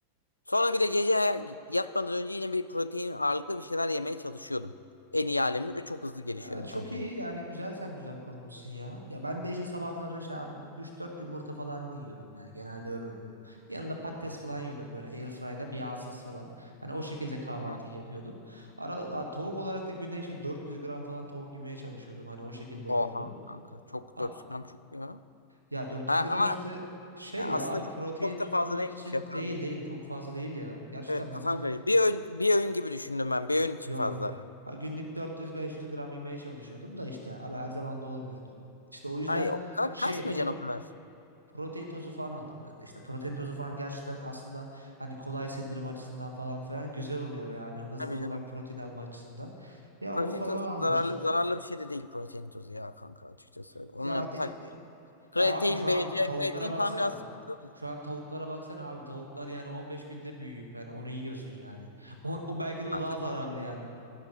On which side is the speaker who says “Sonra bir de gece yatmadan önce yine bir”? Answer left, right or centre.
Left